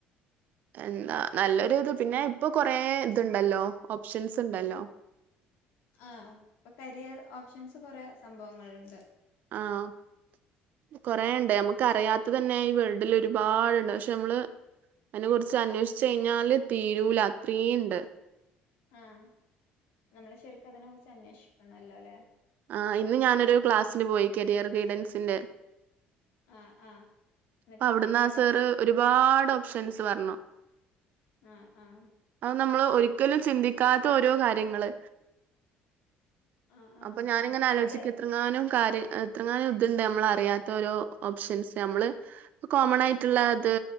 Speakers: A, on the right; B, on the left.
A: എന്താ നല്ലൊരു ഇത് പിന്നെ ഇപ്പോ കൊറെ ഇത് ഉണ്ടല്ലോ ഓപ്ഷൻസ് ഉണ്ടല്ലോ?
B: ആഹ് ഇപ്പൊ കരിയർ ഓപ്ഷൻസ് കൊറെ സംഭവങ്ങളുണ്ട്.
A: ആഹ് കൊറെയുണ്ട് നമുക്ക് അറിയാത്ത. ഇപ്പോ തന്നെ ഈ വേൾഡിൽ ഒരുപാടുണ്ട് പക്ഷെ നമ്മള് അയിനെ കുറിച്ച്
B: ആ
A: അന്വേഷി തിരഞ്ഞാല് തീരൂല അത്രയും ഉണ്ട്.
B: ആഹ് നമ്മള് ശരിക്കും അതിനെ കുറിച്ച് അന്വേഷിക്കണം നല്ലപോലെ.
A: ആഹ് ഇന്ന് ഞാനൊരു ക്ലാസ്സിന് പോയി കരിയർ ഗൈഡൻസിന്റെ.
B: ആഹ് ആഹ് എന്നിട്ട്
A: അപ്പം അവിടുന്ന്
B: എന്തൊക്കെയാ
A: ആഹ്
B: അവിടെ
A: സാറേ
B: സൂചിപ്പിച്ചേ
A: ഒരുപാട് ഓപ്ഷൻസ് പറഞ്ഞു.
B: ആഹ് ആഹ്
A: അത് നമ്മള് ഒരിക്കലും ചിന്തിക്കാത്ത ഓരോ കാര്യങ്ങള്
B: ആഹ് ആഹ്
A: അപ്പ ഞാനിങ്ങനെ
B: എന്നിട്ട്
A: ആലോചിക്ത്
B: അത്
A: എത്രങ്ങാനും കാര്യ എത്രങ്ങാനും ത്ണ്ട് നമ്മളറിയാത്തോരോ ഓപ്ഷൻസ് നമ്മള് പ്പ കോമണായിട്ടുള്ള ത്